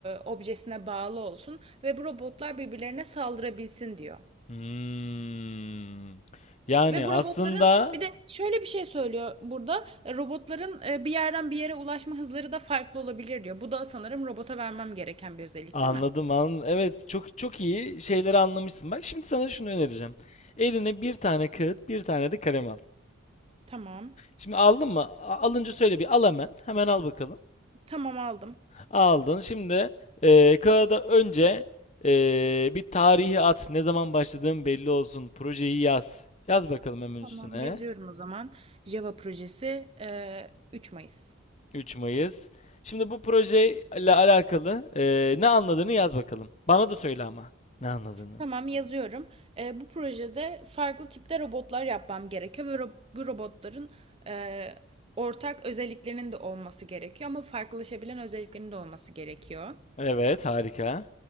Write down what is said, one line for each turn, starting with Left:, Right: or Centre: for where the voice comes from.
Right: objesine bağlı olsun ve bu robotlar birbirlerine saldırabilsin diyor.
Left: Hmm. Yani
Right: Ve bu
Left: aslında
Right: robotların bir de şöyle bir şey söylüyor burada. e, Robotların e, bir yerden bir yere ulaşma hızları da farklı olabilir diyor. Bu da sanırım robota vermem gereken bir özellik
Left: Anladım,
Right: değil mi?
Left: anladım. Evet, çok çok iyi şeyleri anlamışsın. Bak şimdi sana şunu önereceğim. Eline bir tane kağıt, bir tane de kalem al.
Right: Tamam.
Left: Şimdi aldın mı? A- Alınca söyle bir al hemen. Hemen al bakalım.
Right: Tamam aldım.
Left: Aldın. Şimdi e, kağıda önce e, bir tarihi at. Ne zaman başladığın belli olsun. Projeyi yaz. Yaz bakalım hemen
Right: Tamam
Left: üstüne.
Right: yazıyorum o zaman. Java projesi e, 3 Mayıs.
Left: 3 Mayıs. Şimdi bu projeyle alakalı e, ne anladığını yaz bakalım. Bana da söyle ama. Ne anladığını.
Right: Tamam yazıyorum. Ee, bu projede farklı tipte robotlar yapmam gerekiyor ve ro- bu robotların e, ortak özelliklerinin de olması gerekiyor ama farklılaşabilen özelliklerinin de olması gerekiyor.
Left: Evet, harika.